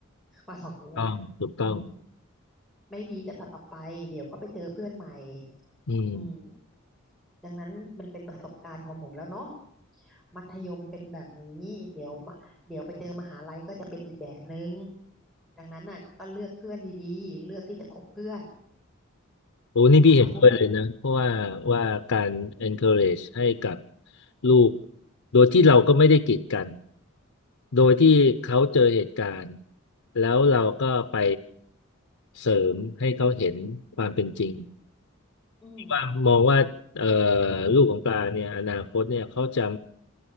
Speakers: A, in the centre; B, on the left.
A: ว่าบอกงี้นะ
B: ต้องถูกต้อง
A: อืมไม่ดีก็ตัดออกไปเดี๋ยวก็ไปเจอเพื่อนใหม่
B: อืม
A: อืมดังนั้นมันเป็นประสบการณ์ของหนูแล้วเนาะมัธยมเป็นแบบนี้เดี๋ยวมาเดี๋ยวไปเจอมหาลัยก็จะเป็นอีกแบบนึง ดังนั้นน่ะก็เลือกเพื่อนดีๆเลือกที่จะคบเพื่อน
B: โอ้นี่พี่เห็นด้วยเลยนะเพราะว่าว่าการ
A: ป้าก็พูดแบบนี้
B: encourage ให้กับลูกโดยที่เราก็ไม่ได้กีดกันโดยที่เขาเจอเหตุการณ์แล้วเราก็ไปเสริมให้เขาเห็นความเป็นจริง
A: อืม
B: ที่ว่ามองว่าเอ่อลูกของปลาเนี่ยอนาคตเนี่ยเขาจะ